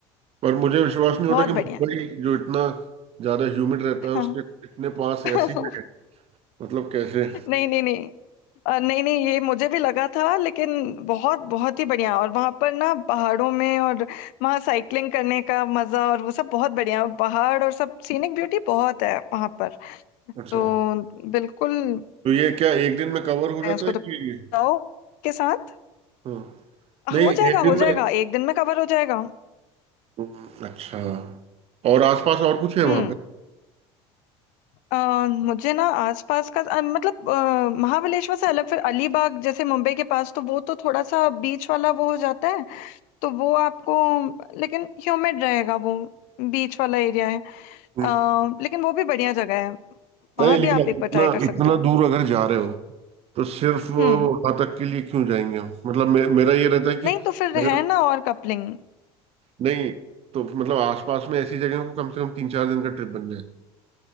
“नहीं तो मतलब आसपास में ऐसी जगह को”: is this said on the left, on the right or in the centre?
Right